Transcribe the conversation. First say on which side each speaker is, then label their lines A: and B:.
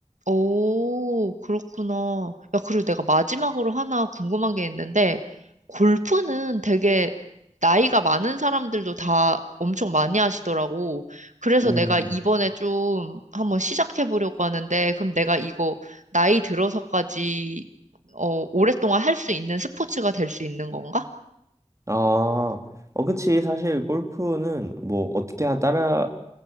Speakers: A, on the right; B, on the right.
A: 오, 그렇구나. 야, 그리고 내가 마지막으로 하나 궁금한 게 있는데, 골프는 되게 나이가 많은 사람들도 다 엄청 많이 하시더라고. 그래서
B: 음.
A: 내가 이번에 좀 한번 시작해 보려고 하는데, 그럼 내가 이거 나이 들어서까지, 어, 오랫동안 할 수 있는 스포츠가 될 수 있는 건가?
B: 아, 어, 그치. 사실 골프는 뭐 어떻게 하나 따라